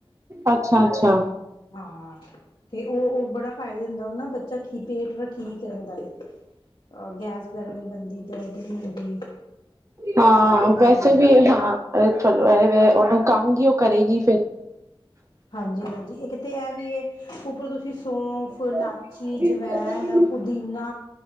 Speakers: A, on the right; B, on the left.
A: ਅੱਛਾ, ਅੱਛਾ
B: ਹਾਂ ਤੇ ਉਹ ਬੜਾ ਫਾਇਦੇ ਦਿੰਦਾ ਉਹ ਨਾ ਬੱਚਾ ਪੇਟ ਠੀਕ ਰਹਿੰਦਾ ਏ ਅਹ ਗੈਸ ਵਗੈਰਾ ਨਹੀਂ ਬਣਦੀ ਦਰਦ ਨਹੀਂ ਹੁੰਦੀ
A: ਹਾਂ
B: ਉਹ ਠੀਕ ਰਹਿੰਦਾ
A: ਵੈਸੇ
B: ਹੈ।
A: ਵੀ ਹਾਂ ਚਲੋ ਇਹ ਉਹਨੂੰ ਕੰਮ ਵੀ ਉਹ ਕਰੇਗੀ ਫਿਰ <unintelligible>
B: ਹਾਂਜੀ ਹਾਂਜੀ ਇੱਕ ਤਾਂ ਇਹ ਵੀ ਇਹ ਉੱਪਰੋਂ ਤੁਸੀਂ ਸੌਂਫ
A: ਹੂੰ-ਹੂੰ,
B: ਲਾਚੀ ਜਵੈਨ ਪੁਦੀਨਾ